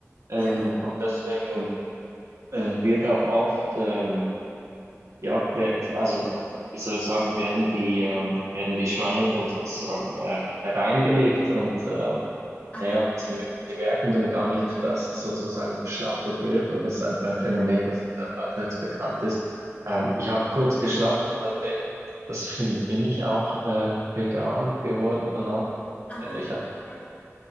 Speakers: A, on the right (about 70°); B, on the left (about 30°).
A: Ähm,
B: ja,
A: und deswegen äh, wird auch oft ähm, ja, wer- also wie soll ich sagen, werden die, ähm, werden die Schweine dann sozusagen äh, hereingelegt und ähm,
B: aha,
A: naja, sie, me- sie merken dann gar nicht, dass sozusagen geschlachtet wird und das ist einfach ein Phänomen,
B: okay,
A: das äh, allseits bekannt ist. Ähm, ich habe kurz geschlachtet
B: oh,
A: tatsächlich, deswegen bin ich auch äh, vegan geworden danach.
B: aha.
A: Äh, ich hab,
B: ja.